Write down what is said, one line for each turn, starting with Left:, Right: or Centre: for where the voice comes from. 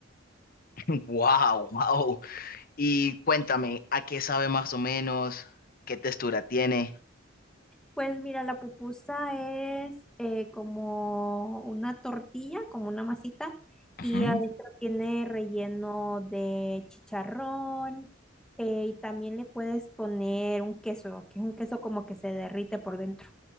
Left: <laughs> Wow, wow. Y cuéntame, ¿a qué sabe más o menos? ¿Qué textura tiene?
Centre: Pues mira, la pupusa es eh, como una tortilla, como una masita,
Left: Ujú.
Centre: y adentro tiene relleno de chicharrón, eh, y también le puedes poner un queso, que es un queso como que se derrite por dentro.